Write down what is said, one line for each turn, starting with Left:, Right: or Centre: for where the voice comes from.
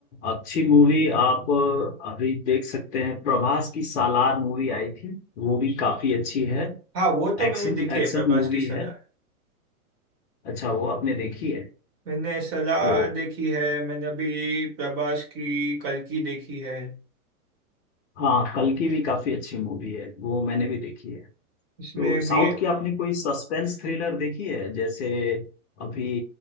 Left: अच्छी मूवी आप अभी देख सकते हैं प्रभास की सालार मूवी आई थी वो भी काफी अच्छी है
Right: हाँ वो तो मैंने
Left: एक्शन
Right: देखी है
Left: एक्शन
Right: प्रभास
Left: मूवी
Right: की सलाह
Left: है अच्छा वो आपने देखी है
Right: मैंने सलाह
Left: तो
Right: देखी है मैंने अभी प्रभास की कल की देखी है
Left: हाँ कल की भी काफी अच्छी मूवी है वो मैंने भी देखी है
Right: इसमें
Left: तो
Right: भी
Left: साउथ की आपने कोई सस्पेंस थ्रिलर देखी है जैसे अभी